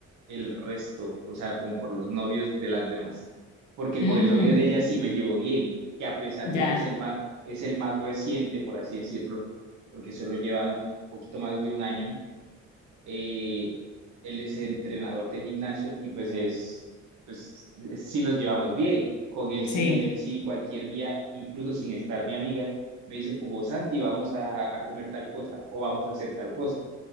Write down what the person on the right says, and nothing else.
el resto, o sea, como por los novios de las demás. Porque con
el novio de ella sí me llevo bien, que a pesar
de que es el más, es el más reciente, por así decirlo, porque solo llevan poquito más de un año. eh, él es el entrenador de gimnasio y pues es, pues eh, sí nos llevamos bien. Con él sí,
él sí cualquier día, incluso sin estar mi amiga, me dice como Santi, vamos a, a comer tal cosa o vamos a hacer tal cosa.